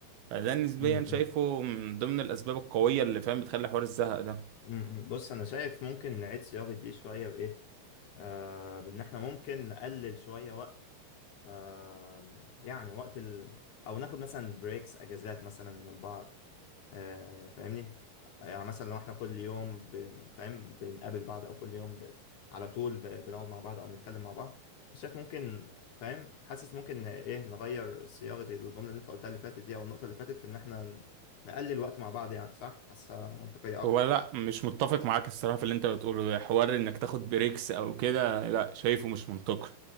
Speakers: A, on the right; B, on the left.
A: فده نسبيا
B: امم
A: شايفه من ضمن الأسباب القوية اللي فاهم بتخلي حوار الزهق ده
B: م- م. بص انا شايف ممكن نعيد صياغة دي شوية بايه آه بان احنا ممكن نقلل شوية وقت آه يعني وقت ال... او ناخد مثلا بريكس اجازات مثلا من بعض آه فاهمني يعني مثلا لو احنا كل يوم ب... فاهم بنقابل بعض او كل يوم ب... على طول ب... بنقعد مع بعض او نتكلم مع بعض فشايف ممكن فاهم حاسس ممكن ن- ايه نغير صياغة الجملة اللي انت قلتها اللي فاتت دي او النقطة اللي فاتت في ان احنا نقلل وقت مع بعض يعني صح حاسسها منطقية اكتر
A: هو لا مش متفق معاك الصراحة في اللي انت بتقوله ده حوار انك تاخد بريكس او كده لا شايفه مش منطقي